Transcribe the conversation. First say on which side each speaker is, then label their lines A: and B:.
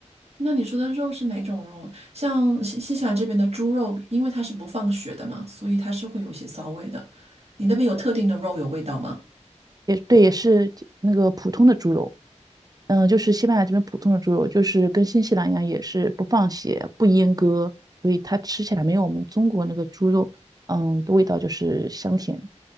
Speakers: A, on the right; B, on the right.
A: 那你说的肉是哪种肉？像新新西兰这边的猪肉，因为它是不放血的嘛，所以它是会有一些骚味的。你那边有特定的肉有味道吗？
B: 也对，也是那个普通的猪肉，嗯，就是西班牙这边普通的猪肉，就是跟新西兰一样，也是不放血、不阉割，所以它吃起来没有我们中国那个猪肉，嗯，的味道就是香甜。